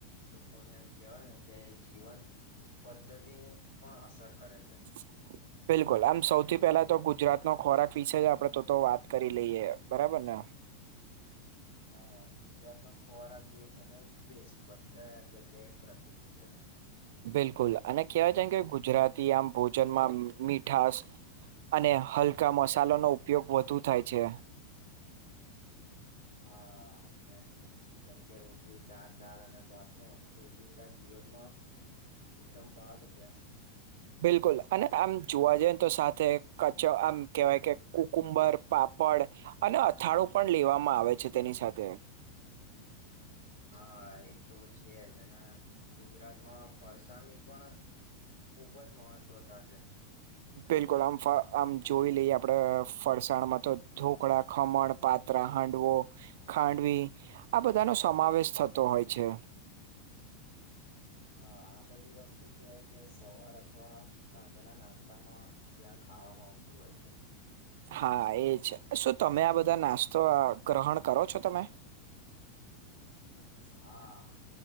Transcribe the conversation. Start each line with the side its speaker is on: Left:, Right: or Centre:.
Left: લોકોને એમ કેહેવાય ને કે જીવન પદ્ધતિને પણ અસર કરે છે.
Right: <unintelligible> બિલકુલ આમ સૌથી પેલા તો ગુજરાત ન ખોરાક વિશે આપડે તો વાત કરી લઈએ બરાબર ને.
Left: હા ગુજરાત નો ખોરાક દેશ અને વિદેશ બધા જગ્યાએ પ્રસિદ્ધ છે.
Right: બિલકુલ અને કહેવાય છેમ કે ગુજરાતી આમ ભોજનમાં મીઠાસ. અને હલકા મસાલો નો ઉપયોગ વધુ થાય છે.
Left: હા અને. જેમ કે રોટલી શાક દાળ અને ભાત નો રોજિંદા જીવનમાં. એકદમ ભાગ છે એમ
Right: બિલકુલ અને આમ જોવા જઈ ને તો સાથે કચો આમ કેહેવાય કે. કુંબર પાપડ અને અથાણું પણ લેવામાં આવે છે તેની સાથે.
Left: હા એ તો છે જ અને ગુજરાતમાં ફરસાની પણ. ખુબ જ મહત્વતા છે.
Right: બિલકુલ આમ આમ જોઈ લઈએ આપડે ફરસાણમાં તો ઢોકળા ખમણ પાત ત્રા હાંડવો ખાંડવી આ બધા નો સમાવેશ થતો હોય છે.
Left: હા આ બધી વસ્તુ કેવાય કે સવાર અથવા સાંજાના નાસ્તામાં. ત્યાં ખાવામાં આવતી હોય છે.
Right: હા એજ શું તમે આ બધા નાસ્તો ગ્રહણ કરો છો તમે.
Left: હા